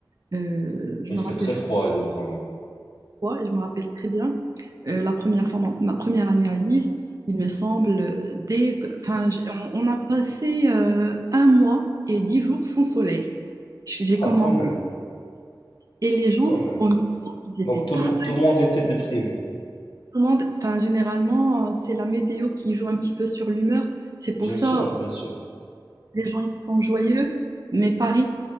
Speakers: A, on the right (about 45°); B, on the left (about 85°).
A: euh, je
B: Et il
A: me
B: fait
A: rappelle
B: très froid à Lille quand même.
A: fois, et je me rappelle très bien, euh, la première fois, ma, ma première année à Lille, il me semble, euh, dès que- enfin, j'ai- on, on a passé euh, un mois et dix jours sans soleil. J- J'ai
B: Ah,
A: commencé,
B: quand même,
A: et les gens
B: quand même.
A: au micro, ils n'étaient
B: Donc tout
A: pas
B: le,
A: à
B: mo- tout
A: la
B: le monde était déprimé.
A: commande. Enfin, généralement, euh, c'est la météo qui joue un petit peu sur l'humeur. C'est
B: Bien
A: pour ça,
B: sûr, bien sûr.
A: les gens ils sont joyeux, mais Paris,